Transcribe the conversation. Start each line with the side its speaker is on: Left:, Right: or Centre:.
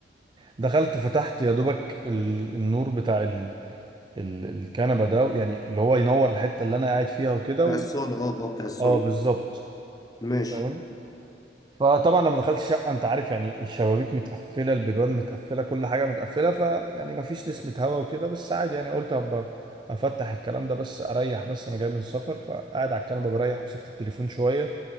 Right: دخلت فتحت يا دوبك ال- النور بتاع ال... ال... الكنبه ده يعني اللي هو ينور الحته اللي انا قاعد فيها وكده
Left: بتاع
Right: و...
Left: الصاله اه اه بتاع الصاله
Right: اه بالظبط
Left: ماشي
Right: فاهم فطبعا لما دخلت الشقه انت عارف يعني الشبابيك متقفله البيبان متقفله كل حاجه متقفله فيعني مفيش نسمه هوا وكده بس عادي يعني قلت هبقى افتح الكلام ده بس اريح بس انا جاي من السفر فقاعد على الكنبه بريح مسكت التليفون شويه